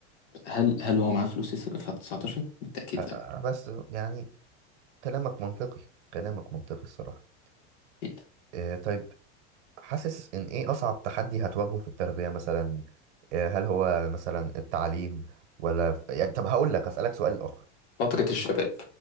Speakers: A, on the left; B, on the right.
A: هل هل هو معاه فلوس يصرف على 19 بالتأكيد
B: آه، آه،
A: لا
B: بس يعني كلامك منطقي كلامك منطقي الصراحة
A: أكيد.
B: آه، طيب حاسس ان ايه اصعب تحدي هتواجهه في التربية مثلا آه، هل هو مثلا التعليم ولا ف- يعني طب هقول لك اسألك سؤال اخر
A: فترة الشباب